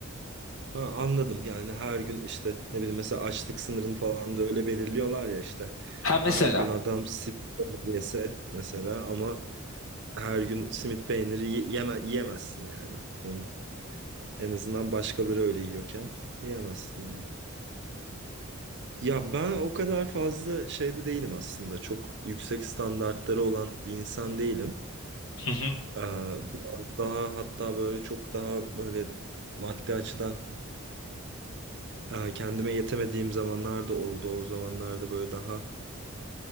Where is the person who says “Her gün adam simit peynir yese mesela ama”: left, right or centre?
Right